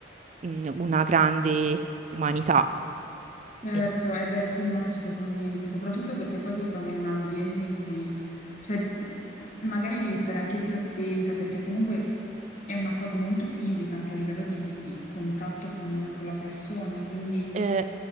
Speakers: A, on the right; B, on the left.
A: mh, una grande umanità.
B: Certo,
A: E,
B: eh beh sì, no, assolutamente, soprattutto perché poi ti trovi in un ambiente in cui, cioè, m- magari devi stare anche più attenta perché comunque è una cosa molto fisica anche a livello di, di- di contatto con, con la persona, quindi...
A: eh,